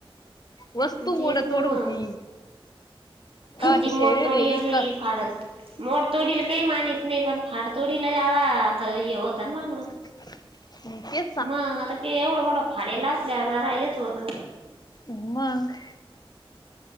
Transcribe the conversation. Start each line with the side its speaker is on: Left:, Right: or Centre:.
Left: वस्तू
Right: तेच
Left: मोड
Right: ना
Left: थोड
Right: मग
Left: होती हा ते
Right: ती मोडतोडी
Left: शरीर हे
Right: वेगळी
Left: इतक.
Right: फाड मोडतोडीला काही मानीत नाही पण फाडतोडीला ज्यादा आता हे होता ना म्हणून.
Left: हंम्म ते
Right: मंग आता के एवढा गोडा फाडेला असल्यावर जरा हेच होतं.
Left: मग.